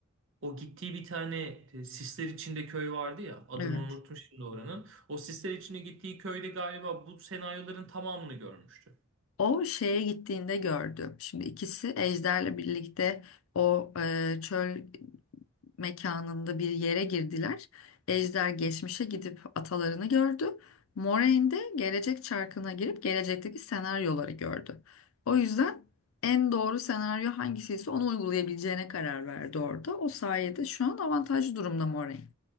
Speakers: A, on the right; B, on the left.
A: o gittiği bir tane e, sisler içinde köy vardı ya adını
B: evet.
A: unuttum şimdi oranın. O sisler içinde gittiği köyde galiba bu senaryoların tamamını görmüştü.
B: O şeye gittiğinde gördü. Şimdi ikisi Ejder'le birlikte o e, çöl mekanında bir yere girdiler. Ejder geçmişe gidip atalarını gördü. Moraine de gelecek çarkına girip gelecekteki senaryoları gördü. O yüzden en doğru senaryo hangisiyse onu uygulayabileceğine karar verdi orada. O sayede şu an avantajlı durumda Moraine.